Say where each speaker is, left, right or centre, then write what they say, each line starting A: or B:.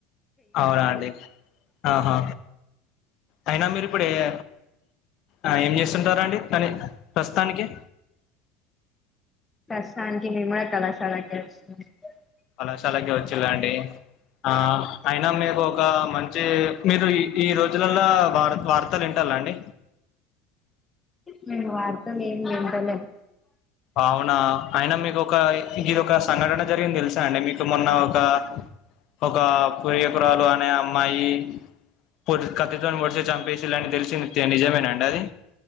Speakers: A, on the left; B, on the left.
A: అవునా అండి ఆహా అయినా మీరు ఇప్పుడ ఏ ఆ ఏం చేస్తుంటారా అండి కానీ ప్రస్తుతానికి
B: ప్రస్తుతానికి <unintelligible>
A: కళశాలకే వచ్చేలాండి ఆ అయినా మీకు ఒక మంచి మీకు ఈ రోజుల లా వ వార్తలు ఇంటాల్ల అండి
B: మేం వార్త లేం వింటలేం
A: అవునా అయినా మీకు ఒక ఇది ఒక స్ సంఘటన జరిగి దెల్స్ చా అండి మీకు మొన్న ఒక ఒక పూయ్యపురాలు అనే అమ్మాయి పో కత్తి తోటి పొడిశి చంపేషిళ్ళని తె ్య నిజమేనా అండి అది